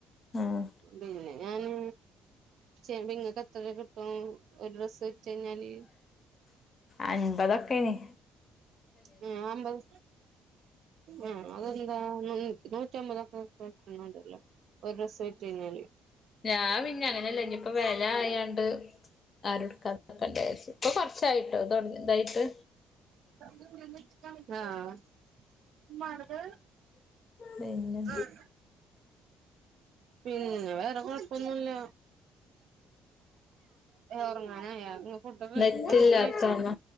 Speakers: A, on the left; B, on the right.
A: ആഹ്
B: പിന്നെ ഞാന് ചെയ്യുമ്പോ നിങ്ങൾക്ക് എത്രകിട്ടും ഒരു ഡ്രസ്സ് വിറ്റ് കഴിഞ്ഞാല്
A: അൻപതൊക്കെയ്നി
B: ആ അമ്പത് ആ അതൊന്താ നൂറ്റമ്പത് <unintelligible> അതല്ല ഒരു ഡ്രസ്സ് വിറ്റ് കഴിഞ്ഞാല്
A: ഞാൻ പിന്നെ അങ്ങനെയല്ലേ ഇഞ്ഞ് യിപ്പോ വില ആയാണ്ട് ആരും എടുക്കാതക്കണ്ടയെവി ഇപ്പൊ കൊറച്ചായിട്ടോ തുടങ്ങി ഇതായിട്ട്
B: <unintelligible> ആഹ് ഉമ്മാരത്
A: പിന്നെ
B: ആഹ് പിന്നെ വേറെ കൊഴപ്പൊന്നുല്ല ഒറങ്ങാനായോ നിങ്ങ് ഫുഡൊക്കെ കഴി
A: നെറ്റില്ലാത്താന്ന
B: ഭക്ഷണം കഴിച്ചാ